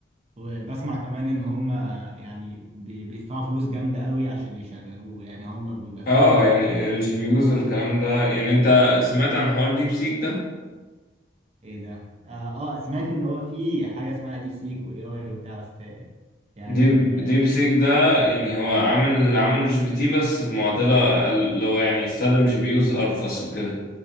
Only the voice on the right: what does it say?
وبسمع كمان ان هما يعني بي- بيدفعوا فلوس جامدة قوي عشان يشغلوه يعني هما بيبقى فيه
جي
بي يو
وحاجات
ايه ده اه آه، سمعت ان هو فيه حاجة اسمها ديب سيك واي اي وبتاع بس يعني
آه،